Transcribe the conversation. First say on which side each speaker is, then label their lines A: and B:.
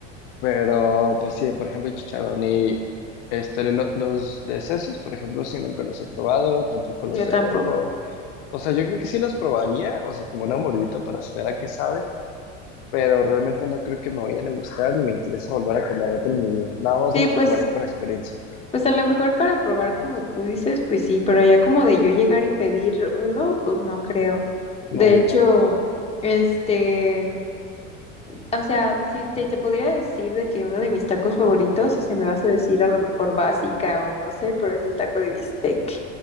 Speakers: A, on the left (about 65°); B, on the left (about 15°).
A: Pero, pues sí, por ejemplo, chicharrón y este, lo- los de sesos, por ejemplo, sí nunca los he probado, tampoco los
B: yo
A: de
B: tampoco.
A: ojo. O sea, yo creo que sí los probaría, o sea, como una mordita para saber a qué sabe, pero realmente no creo que me vayan a gustar ni me interesa volver a comer otro en mi vida. Nada más
B: Sí,
A: los
B: pues.
A: comería por experiencia.
B: Pues a lo mejor para probar como tú dices, pues sí, pero ya como de yo llegar y pedir uno, pues no creo.
A: No,
B: De
A: yo
B: hecho,
A: tampoco.
B: este, o sea, si te, te podría decir de que uno de mis tacos favoritos, se me vas a decir a lo mejor básica o no sé, pero es el taco de bistec.